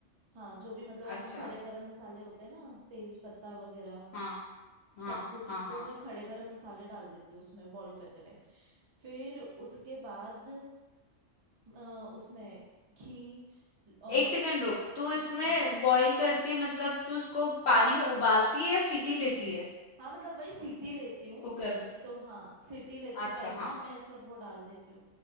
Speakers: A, on the right; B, on the left.
A: हाँ जो भी मतलब अपने
B: अच्छा
A: खड़े गरम मसाले होते हैं ना तेज पत्ता वगैरह
B: हाँ हाँ
A: सब कुछ
B: हाँ हाँ
A: तो मैं खड़े गरम मसाले डाल देती हूँ उसमें बॉईल करते टाइम फिर उसके बाद अ, उसमें घी और
B: एक सेकंड रुक तू इसमें
A: हम्म हम्म
B: बॉईल करती है मतलब तू इसको पानी में उबालती है या सीटी लेती है
A: हाँ मतलब वही सीटी लेती हूँ
B: कुकर में
A: तो हाँ सीटी लेते
B: अच्छा
A: टाइम
B: हाँ
A: ना मैं सब वो डाल देती हूँ